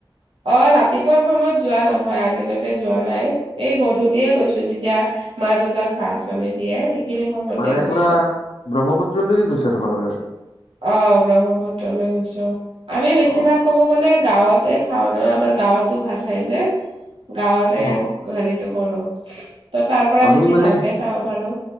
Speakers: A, on the right; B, on the left.
A: অ ৰাতিপুৱাৰ সময়ত যোৱা নহয় আজিলৈকে যোৱা নাই এই গধূলিয়ে গৈছো যেতিয়া। মা দুৰ্গাক ভাচনি দিয়ে। সেইখিনি সময়তে
B: মানে
A: গৈছো
B: পুৰা, ব্ৰহ্মপুত্ৰলৈকে গৈছা তোমালোকে।
A: অ ব্ৰহ্মপুত্ৰ লৈ গৈছো অ আমিও বেছিভাগ
B: অ
A: কব গ'লে। বোলে গাঁৱতে চাও ন আমাৰ গাঁৱতো ভাজাই যে, গাঁৱৰে
B: অ
A: হেৰিটো। কৰো ত তাৰ পৰা
B: আমি
A: বেছি
B: মানে
A: ভালকে চাব পাৰো।